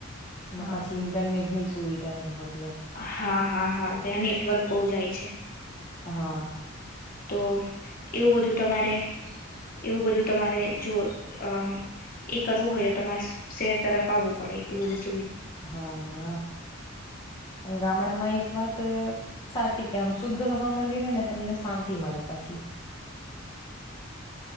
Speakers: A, on the left (about 45°); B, on the left (about 20°).
A: હા
B: ને પછી ઇન્ટરનેટ ની સુવિ તા ની હોત
A: હા હા હા ત્યાં નેટવર્ક બહુ જાય છે.
B: હા
A: તો એવું બધું તમારે એવું બધું તમારે જો અ એ કરવું હોય તો તમારે શેર તરફ આવવું પડે એવું
B: હા ગામડામાં એક વાત સાચી કે આમ શુદ્ધ હવા મળી રહે ને તમને શાંતિ મળ પાછી